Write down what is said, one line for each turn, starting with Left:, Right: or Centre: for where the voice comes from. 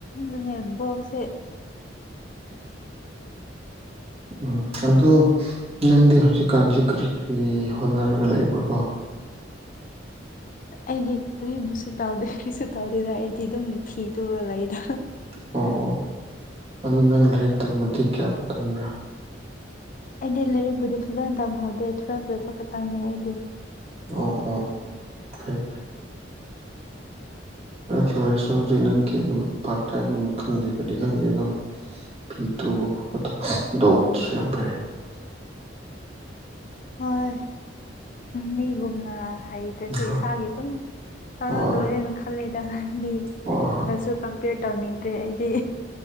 Left: ꯍꯅꯦꯕꯣꯁꯦ
Right: ꯎꯝ ꯑꯗꯣ ꯅꯪꯗꯤ ꯍꯧꯖꯤꯛꯀꯥꯟꯁꯦ ꯀꯔꯤ ꯀꯔꯤ ꯍꯣꯠꯅꯔꯒ ꯂꯩꯕ꯭ꯔꯥꯀꯣ
Left: ꯑꯩꯗꯤ ꯀꯨꯁꯨ ꯇꯧꯗꯦ ꯀꯔꯤꯁꯨ ꯇꯧꯗꯦꯗ ꯑꯩꯗꯤ ꯑꯗꯨꯝ ꯐꯤ ꯇꯨꯔ ꯂꯩꯗ
Right: ꯑꯣ ꯑꯣ ꯑꯗꯨ ꯅꯪ ꯂꯥꯏꯔꯤꯛ ꯇꯝꯃꯗꯤ ꯀꯌꯥꯐꯥꯎ ꯇꯝꯕ꯭ꯔꯥ
Left: ꯑꯩꯗꯤ ꯂꯥꯏꯔꯤꯛꯄꯨꯗꯤ ꯐꯖꯅ ꯇꯝꯍꯧꯗꯦ ꯇꯨꯋꯜꯐ ꯂꯣꯏꯕ ꯈꯛꯇꯪꯅꯦ ꯑꯩꯗꯤ
Right: ꯑ ꯑꯣ ꯐꯩ ꯐ ꯔꯦꯁꯨꯗꯤ ꯅꯪꯒꯤ ꯑꯗꯨꯝ ꯄꯥꯔ ꯇꯥꯏꯝ ꯈꯪꯗꯦ ꯀꯗꯤ ꯈꯪꯗꯦ ꯑꯗꯨꯝ ꯐꯤ ꯇꯨꯕ ꯈꯣꯠꯄꯗ ꯗꯣꯡꯕꯗꯨꯁꯨ ꯌꯥꯝ ꯐꯩꯦ
Left: ꯍꯣꯏ ꯃꯤ ꯨꯝꯨꯝꯅ ꯍꯩꯗꯁꯨ
Right: ꯍꯣꯏ
Left: ꯏꯁꯥꯒꯤ ꯑꯗꯨꯝ ꯇꯧꯔ
Right: ꯍꯣꯏ
Left: ꯂꯣꯏꯔꯦꯅ ꯈꯜꯂꯦꯗ ꯃꯤꯗꯁꯨ
Right: ꯍꯣꯏ
Left: ꯄꯔꯤꯄꯦꯌꯔ ꯇꯧꯅꯤꯡꯗ꯭ꯔꯦ ꯑꯩꯗꯤ